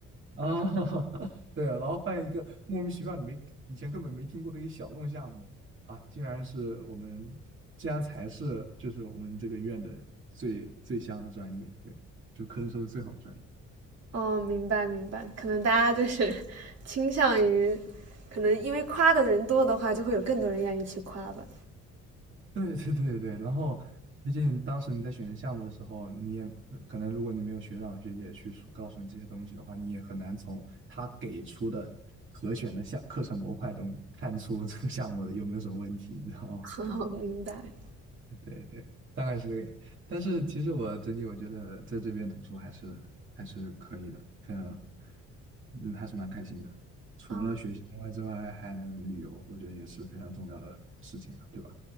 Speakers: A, on the right (about 40°); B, on the right (about 55°).
A: 啊，<laughs> 对啊，然后发现一个莫名其妙你没以前根本没听过的一个小众项目啊，竟然是我们，竟然才是就是我们这个院的最最香的专业，对，就科生说的最好的专业。
B: 哦，明白明白，可能大家就是 <laughs> 倾向于，可能因为夸的人多的话，就会有更多人愿意去夸吧。
A: <laughs> 对对对对，然后毕竟当时你在选择项目的时候，你也呃可能如果你没有学长学姐去说告诉你这些东西的话，你也很难从他给出的可选的项课程模块中看出 <laughs> 这个项目的有没有什么问题，你知道吗？
B: <laughs> 哦，明白。
A: <laughs> 对对，大概是这个。但是其实我整体我觉得在这边读书还是还是可以的，非常，嗯，还是蛮开心的。除了学习之外之外，
B: 啊，
A: 还能旅游，我觉得也是非常重要的事情啊，对吧？